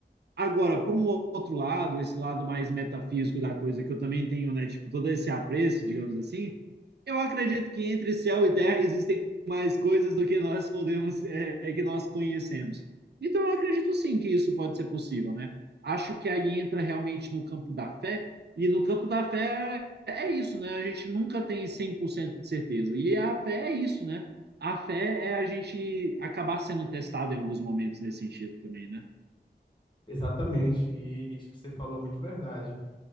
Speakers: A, on the right; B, on the left.
A: Agora, por um outro lado, esse lado mais metafísico da coisa, que eu também tenho, né, tipo, todo esse apreço, digamos assim, eu acredito que entre céu e terra existem mais coisas do que nós podemos, é, é, que nós conhecemos. Então, eu acredito sim que isso pode ser possível, né? Acho que aí entra realmente no campo da fé, e no campo da fé é é isso, né? A gente nunca tem 100% de certeza. E a fé é isso, né? A fé é a gente acabar sendo testado em alguns momentos nesse sentido também, né?
B: Exatamente, e isso que você falou é muito verdade.